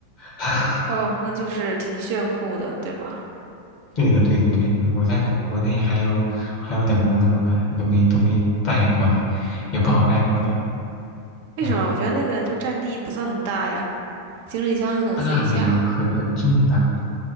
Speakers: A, on the left; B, on the right.
A: <laughs>
B: 哦，那就是挺炫酷的，对吧？
A: 对的，对的，对的。我在国内还有还有两个那个板都没都没带过来，也不好带过来。
B: 为什么？
A: 嗯，
B: 我觉得那个就占地不算很大呀，行李箱就能塞下。
A: 大的也很很重的，